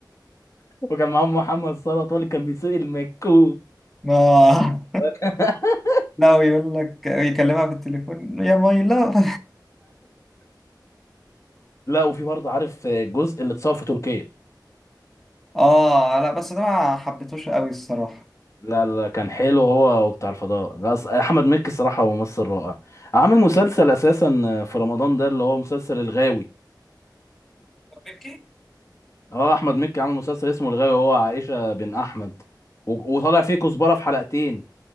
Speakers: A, on the left; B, in the centre.
A: وكان معاهم محمد صلاح هو اللي كان بيسوق المكوك
B: اه
A: <laughs>
B: لا ويقول لك يكلمها بالتليفون يا ماي لاف
A: لا وفي برضه عارف الجزء اللي اتصور في تركيا
B: اه لا بس ده ما حبيتهوش قوي الصراحه
A: لا لا كان حلو هو وبتاع الفضاء لا أص- احمد مكي الصراحه هو ممثل رائع عامل مسلسل اساسا في رمضان ده اللي هو مسلسل الغاوي
B: بيكي
A: اه احمد مكي عامل مسلسل اسمه الغاوي هو عائشه بن احمد و- وطالع فيه كزبره في حلقتين